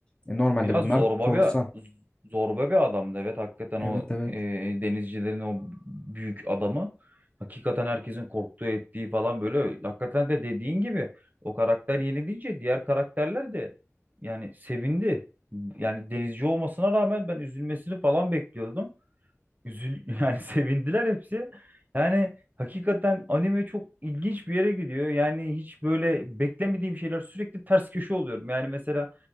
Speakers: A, on the left; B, on the right.
A: E, normalde
B: Biraz
A: bunlar
B: zorba
A: korsan.
B: bir zorba bir adamdı. Evet hakikaten o
A: Evet evet.
B: e, denizcilerin o büyük adamı hakikaten herkesin korktuğu ettiği falan böyle hakikaten de dediğin gibi o karakter yenilince diğer karakterler de yani sevindi. Yani denizci olmasına rağmen ben üzülmesini falan bekliyordum. Üzül <laughs> yani sevindiler hepsi. Yani hakikaten anime çok ilginç bir yere gidiyor. Yani hiç böyle beklemediğim şeyler sürekli ters köşe oluyorum. Yani mesela